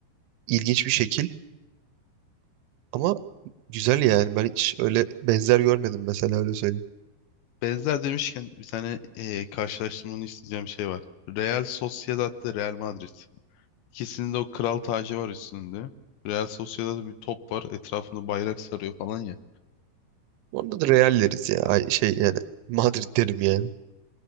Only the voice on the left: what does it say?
Benzer demişken bir tane e, karşılaştırmanı isteyeceğim şey var. Real Sociedad'la Real Madrid. İkisinin de o kral tacı var üstünde. Real Sociedad'da bir top var. Etrafında bayrak sarıyor falan ya.